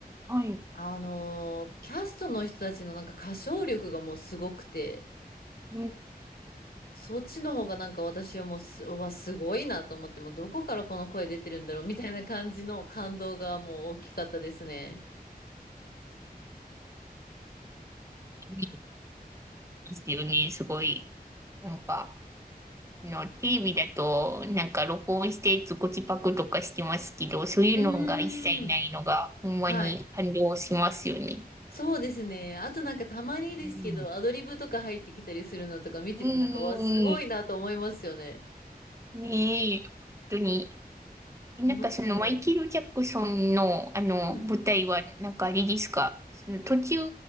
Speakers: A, on the right; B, on the left.
A: はい。
B: あのーキャストの人たちのなんか歌唱力がもうすごくて、
A: うん。
B: そっちの方がなんか私はもうす、うわ、すごいなと思って、もうどこからこの声出てるんだろうみたいな感じの感動がもう大きかったですね。
A: 生ですよね、すごい。なんか。の、テレビだと、なんか録音してズコチパクとかしてますけど、そういうのが一切ないのが、
B: うーん。
A: ほんまに感動しますよね。
B: はい。そうですね。あとなんかたまにですけど、
A: うん
B: アドリブとか入ってきたりするのとか見ててなんか、
A: うん
B: わ、すごいなと思いますよね。
A: ん。ねえ、本当に。なんかそのマイケル・
B: 面白い。
A: ジャクソンのあの舞台はなんかあれですかその途中
B: うん。